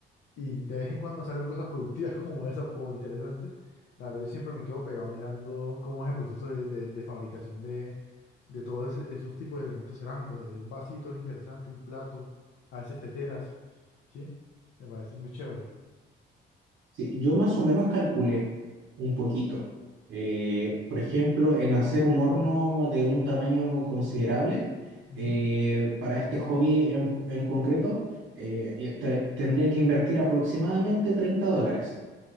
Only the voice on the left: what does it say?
Y de vez en cuando me salen cosas productivas <laughs> como esas o interesantes. La verdad, yo siempre me quedo pegado mirando cómo es el proceso de, de- de fabricación de, de todos ese- esos tipos de elementos cerámicos. Desde un vasito es interesante, un plato, a veces teteras, ¿sí? Me parece muy chévere.
Ujú.